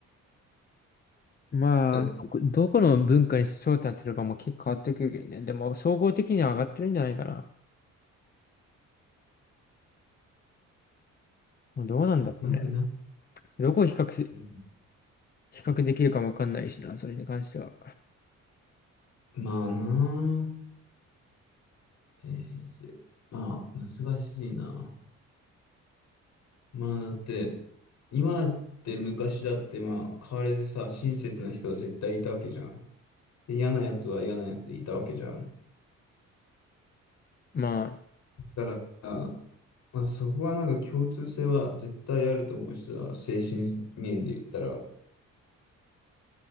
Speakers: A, on the left; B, on the left.
A: まあ、
B: だ
A: どこどこの文化に焦点当てるかも結構変わってくるけどね。でも、総合的には上がってるんじゃないかな。まあどうなんだろうね。
B: よくな、
A: どこを比較し、
B: うん
A: 比較できるかもわかんないしな、それに関しては。
B: まあなあ、精神性。まあ、難しいな。まあ、だって、今だって昔だって、まあ、変わらずさ、親切な人は絶対いたわけじゃん。で、嫌なやつは嫌なやついたわけじゃん。
A: まあ、
B: だから、まあ、そこはなんか共通性は絶対あると思うしさ、精神面で言ったら。